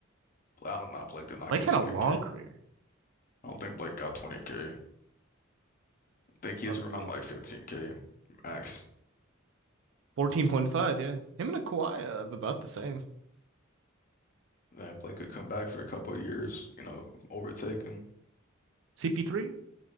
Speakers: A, on the left; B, on the right.
A: I don't know. Blake did not
B: Blake
A: get
B: had
A: 20k.
B: a long career.
A: I don't think Blake got 20K. I think he's
B: Let me
A: around like
B: see.
A: 15K max.
B: 14.5, yeah. Him and a Kawhi uh, about the same.
A: Then Blake could come back for a couple of years, you know, overtake him.
B: CP3?